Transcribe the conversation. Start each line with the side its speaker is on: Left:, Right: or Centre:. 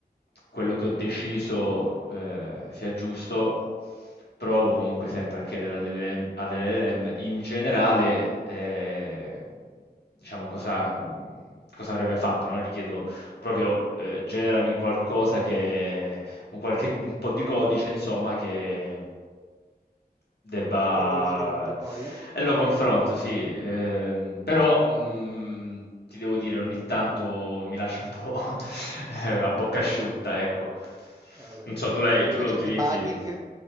Left: quello che ho deciso eh, sia giusto, provo comunque sempre a chiedere all'LLM all'LLM in generale, eh, diciamo, cosa, mh, cosa avrebbe fatto, no? Gli chiedo proprio eh, generami qualcosa che, un, qualche, un po' di codice, insomma, che debba...
Right: lo confronti poi?
Left: E lo confronto, sì, ehm,
Right: Ah,
Left: però mh, ti devo dire, ogni tanto mi lascia un po' <laughs>
Right: eh.
Left: a bocca asciutta, ecco.
Right: Eh, lo
Left: Non
Right: immagino.
Left: so, tu, l'hai-
Right: Ma invece
Left: tu lo utilizzi?
Right: debugging?